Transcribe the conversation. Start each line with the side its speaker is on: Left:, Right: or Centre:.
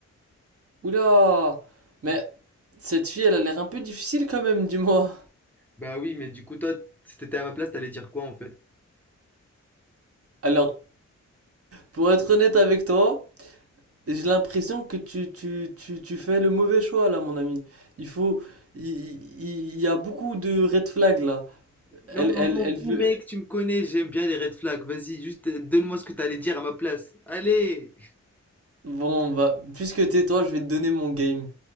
Right: Oula! Mais cette fille, elle a l'air un peu difficile quand même, dis-moi.
Centre: Bah oui, mais du coup, toi, si t'étais à ma place, t'allais dire quoi en fait?
Right: Alors, pour être honnête avec toi, J'ai l'impression que tu, tu, tu, tu fais le mauvais choix là, mon ami. Il faut, il, il- il y a beaucoup de red flags là. Elle,
Centre: Non, mais
Right: elle,
Centre: on s'en
Right: elle
Centre: fout,
Right: veut.
Centre: mec, tu me connais, j'aime bien les red flags. Vas-y, juste euh, donne-moi ce que t'allais dire à ma place. Allez!
Right: Bon, bah, puisque t'es toi, je vais te donner mon game.